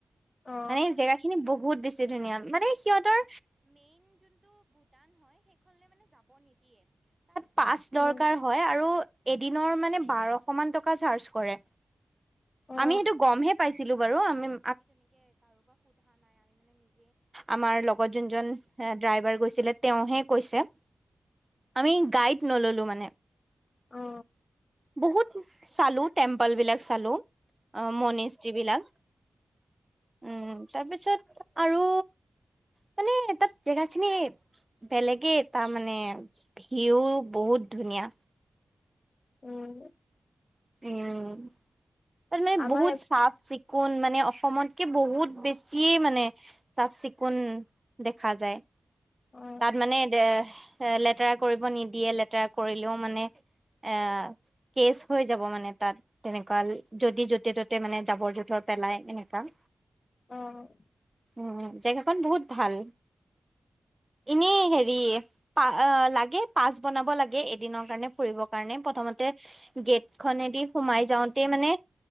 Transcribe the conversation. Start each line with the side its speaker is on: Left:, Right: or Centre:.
Left: অ
Right: মানে জেগাখিনি বহুত বহুত বেছি ধুনীয়া মানে। সিহঁতৰ পাছ
Left: উম
Right: দৰকাৰ হয় আৰু এদিনৰ মানে বাৰশ মান টকা চাৰ্জ কৰে।
Left: অ
Right: আমি সেইটো গমহে পাইছিলোঁ। বাৰু আমিম আমাৰ লগ লগত যোনজন হে ড্ৰাইভাৰ। গৈছিলে তেওঁহে কৈছে আমি গাইড নললো মানে।
Left: অ
Right: বহুত। চালো টেম্পল বিলাক চালো। অ মনিষ যিবিলাক। উম তাৰপিছত আৰু। মানে তাত জেগা খিনি বেলেগেই তাৰ মানে ভিউ বহুত ধুনীয়া।
Left: উম
Right: উম মই
Left: আমাৰ
Right: বহুত চাফ চিকুন। চিকুণ মানে অসমতকে বহুত বেছিয়ে মানে চাফ চিকুণ দেখা যায়।
Left: অ
Right: তাত মানে দে এ লেতেৰা কৰিব নিদিয়ে লেতেৰা কৰিলেও মানে এ কেচ। হৈ যাব মানে তাত তেনেকুৱা যদি য'তে ত'তে মানে জাবৰ জোথৰ পেলাই এনেকুৱা।
Left: আহ
Right: উম জেগাখন বহুত ভাল এনে হেৰি পা লাগে পাছ বনাব লাগে এদিনৰ কাৰণে ফুৰিব কাৰণে প্ৰথমতে গেট। খনেদি সোমাই যাওঁতে মানে।